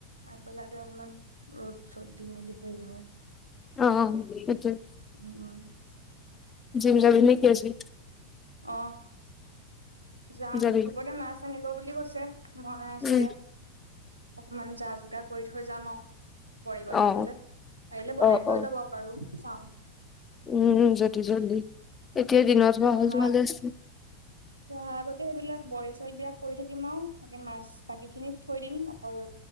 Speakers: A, on the right (about 80°); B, on the left (about 20°).
A: আগবেলাতে অকমান ৰ'দ- চ'দ দি মেলি হেৰি হয়।
B: অ সেইটোয়ে
A: উম উম
B: জিম যাবি নেকি আজি?
A: অ যাম,
B: যাবি
A: দুপৰতে মাছ আনিব বুলি কৈছে। মই
B: উম
A: চাগে অকমান যা যোগাৰ কৰি থৈ যাম আৰু। বইল বনাবলে!
B: অ
A: পাৰিলে বনাই
B: অ
A: কৈও
B: অ
A: যাব পাৰো চাওঁ।
B: উম! যদি জল্দি এতিয়া দিনত
A: সি
B: হোৱা হ'লেটো
A: অহা
B: ভালে আছিল।
A: সি, অহাৰ আগতে সেইবিলাক বইল চইল বিলাক কৰি থাকিম আও! তাকে মাছ বাকীখিনি থৈ দিম! অকল